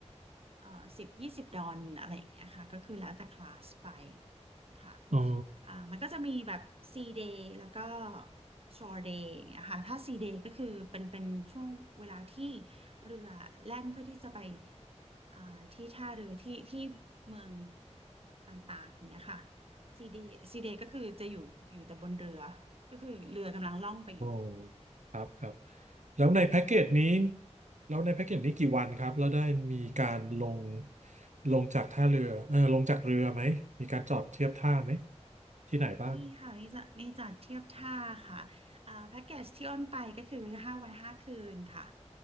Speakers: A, on the right; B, on the right.
A: เอ่อสิบยี่สิบดอลลาร์อะไรอย่างเงี้ยค่ะก็คือแล้วแต่คลาสไปค่ะ
B: อ๋อ
A: อ่ามันก็จะมีแบบ C day แล้วก็ shore day อย่างเงี้ยค่ะถ้า C day ก็คือเป็นเป็นช่วงเวลาที่เรือแล่นเพื่อที่จะไปอ่าที่ท่าเรือที่ที่เมืองต่างๆอย่างเงี้ยค่ะ C day C day ก็คือจะอยู่อยู่แต่บนเรือก็คือเรือกำลังล่องไปอยู่
B: โอ้ครับครับแล้วในแพ็กเกจนี้แล้วในแพ็กเกจนี้กี่วันครับแล้วได้มีการลงลงจากท่าเรือเออลงจากเรือไหมมีการจอดเทียบท่าไหมที่ไหนบ้าง
A: นี่ค่ะมีจัดี่จัดเทียบท่าค่ะอ่าแพ็กเกจที่อ้นไปก็คือห้าวันห้าคืนค่ะ